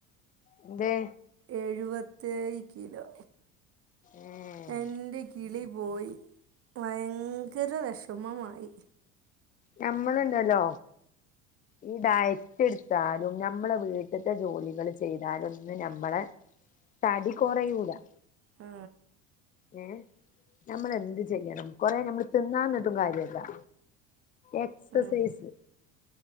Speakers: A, on the left (about 20°); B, on the right (about 40°).
A: എന്തേ
B: ഏഴുപെത്തേഴ് കിലോ
A: ഏഹ്
B: എന്റെ കിളി പോയി ഭയങ്കര വെഷമമായി
A: ഞമ്മളെണ്ടല്ലോ ഇണ്ടായി എട്ത്താലും ഞമ്മള് വീട്ടത്തെ ജോലികള് ചെയ്താലൊന്നും ഞമ്മള തടി കൊറെയുല്യാ
B: ആ
A: യെ നമ്മള് എന്ത് ചെയ്യണം? കൊറേ ഞമ്മള് തിന്നാന്നിട്ടും കാര്യയില്ലാ എക്സൈസ്
B: ആഹ്